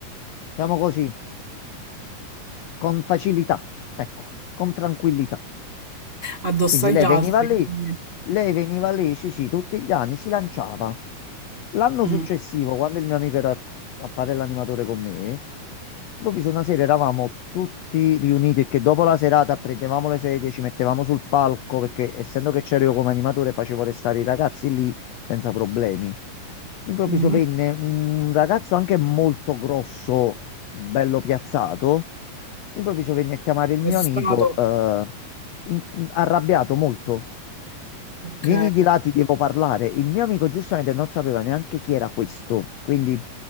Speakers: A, on the left; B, on the right.
A: diciamo così, con facilità, ecco, con tranquillità.
B: Addosso
A: Quindi
B: agli
A: lei veniva
B: altri.
A: lì,
B: quindi-
A: lei veniva lì, sì, sì, tutti gli anni si lanciava. L'anno
B: Mm.
A: successivo, quando il mio amico era a fare l'animatore con me, improvviso una sera eravamo tutti riuniti e che dopo la serata prendevamo le sedie, ci mettevamo sul palco, perché essendo che c'ero io come animatore facevo restare i ragazzi lì senza problemi. All'improvviso
B: Mm.
A: venne un ragazzo anche molto grosso, bello piazzato. Improvviso venne a chiamare il mio
B: Arrestato.
A: amico, eh, in- arrabbiato molto.
B: Ok.
A: Vieni di là, ti devo parlare. Il mio amico giustamente non sapeva neanche chi era questo, quindi